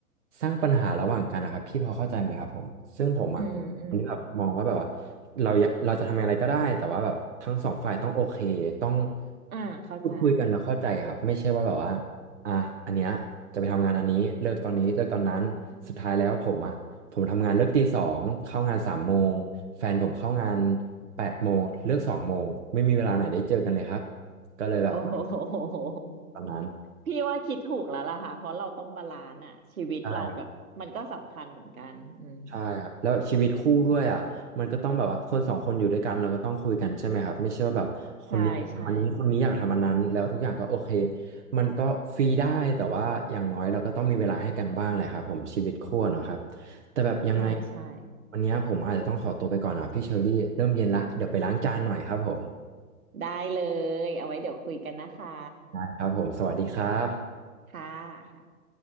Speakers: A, on the right (about 50°); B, on the right (about 65°).
A: สร้างปัญหาระหว่างกันนะครับพี่พอเข้าใจไหมครับผมซึ่งผมอะคนที่แบบมองว่าแบบว่า
B: อืมอืมอืม
A: เราอยากเราจะทำอะไรก็ได้แต่ว่าแบบทั้งสองฝ่ายต้องโอเคต้อง
B: อ่าเข้าใจ
A: พูดคุยกันแล้วเข้าใจครับไม่ใช่ว่าแบบว่า อ่ะอันเนี้ยจะไปทำงานอันนี้เลิกตอนนี้เลิกตอนนั้นสุดท้ายแล้วผมอ่ะผมทำงานเลิกตีสองเข้างานสามโมงแฟนผมเข้างานแปดโมงเลิกสองโมงไม่มีเวลาไหนได้เจอกันเลยครับก็เลยแบบมา
B: โอ้ <laughs> โห
A: ตอนนั้น
B: พี่ว่าคิดถูกแล้วล่ะค่ะเพราะเราต้องบาลานซ์อะชีวิตเรากับมันก็สำคัญเหมือนกันอืม
A: ใช่ ใช่ครับแล้วชีวิตคู่ด้วยอ่ะมันก็ต้องแบบว่าคนสองคนอยู่ด้วยกันเราก็ต้องคุยกันใช่ไหมครับไม่ใช่ว่าแบบคนนี้อยากทำอันนี้คนนี้อยากทำอันนั้นแล้วทุกอย่างก็โอเค
B: อืมใช่ใช่
A: มันก็ฟรีได้แต่ว่าอย่างน้อยเราก็ต้องมีเวลาให้กันบ้างแหละครับผมชีวิตคู่เนาะครับแต่แบบยังไง
B: ใช่ใช่
A: วันนี้ผมอาจจะต้องขอตัวไปก่อนนะครับพี่เชอรี่เริ่มเย็นละเดี๋ยวไปล้างจานหน่อยครับผม
B: ได้เลยเอาไว้เดี๋ยวคุยกันนะคะ
A: นะครับผมสวัสดีครับ
B: ค่ะค่ะ